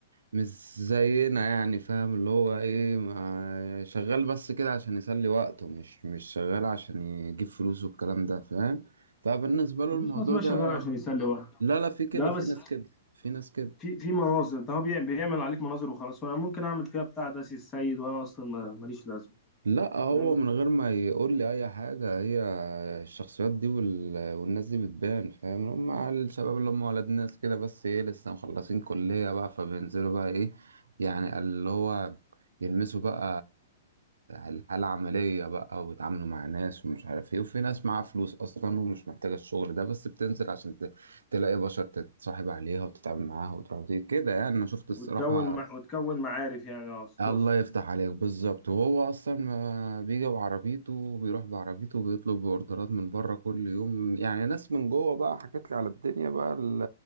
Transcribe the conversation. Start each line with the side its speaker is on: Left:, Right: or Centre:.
Right: مش زينا يعني فاهم اللي هو ايه ما شغال بس كده عشان يسلي وقته مش مش شغال عشان يجيب فلوس والكلام ده فاهم فبالنسبة له
Left: مفيش
Right: الموضوع
Left: ناس ماشية
Right: ده
Left: شغال عشان يسلي وقته
Right: لا لا في كده
Left: ده
Right: في
Left: بس
Right: ناس كده في ناس كده
Left: في في مناظر ده هو بيعمل, بيعمل عليك مناظر وخلاص وانا ممكن اعمل فيها بتاع داسي السيد وانا اصلا ما- ماليش لازمة
Right: لا هو
Left: فاهم
Right: من غير ما يقول لي اي حاجه هي الشخصيات دي وال... والناس دي بتبان فاهم هم على الشباب اللي هم ولاد ناس كده بس ايه لسه مخلصين كليه بقى فبينزلوا بقى ايه يعني اللي هو يلمسوا بقى الحاله العمليه بقى ويتعاملوا مع ناس ومش عارف ايه وفي ناس معاها فلوس اصلا ومش محتاجه الشغل ده بس بتنزل عشان ت... تلاقي بشر تتصاحب عليها وتتعامل معاها وتروح وتيجي كده يعني انا شفت الصراحه
Left: وتكون مع... وتكون معارف يعني اه ستوس
Right: الله يفتح عليك بالظبط وهو اصلا ما بيجي بعربيته وبيروح بعربيته وبيطلب اوردرات من بره كل يوم يعني ناس من جوه بقى حكت لي على الدنيا بقى ال-